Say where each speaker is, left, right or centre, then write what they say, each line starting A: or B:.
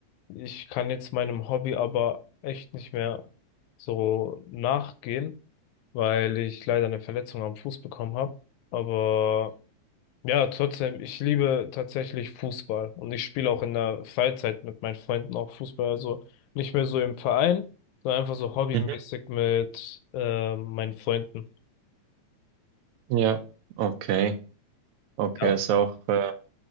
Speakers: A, on the left; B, on the right.
A: ich kann jetzt meinem Hobby aber echt nicht mehr so nachgehen, weil ich leider eine Verletzung am Fuß bekommen habe. Aber ja, trotzdem, ich liebe tatsächlich Fußball. Und ich spiele auch in der Freizeit mit meinen Freunden auch Fußball. Also nicht mehr so im Verein, sondern einfach so hobbymäßig
B: Mhm.
A: mit äh, meinen Freunden.
B: Ja, okay. Okay,
A: Ja.
B: ist auch. äh,